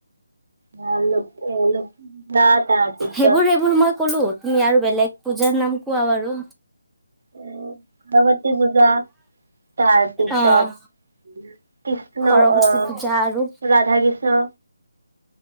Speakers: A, on the right (about 55°); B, in the centre.
A: <unintelligible> না তাৰ পিছত।
B: সেইবোৰ সেইবোৰ মই ক'লো তুমি আৰু বেলেগ পূজাৰ নাম কোৱা বাৰু।
A: উ, ভৰৱতী পূজা তাৰ পিছত
B: অ',
A: কৃষ্ণ
B: সৰস্বতী
A: অ',
B: পূজা আৰু
A: ৰাধা কৃষ্ণ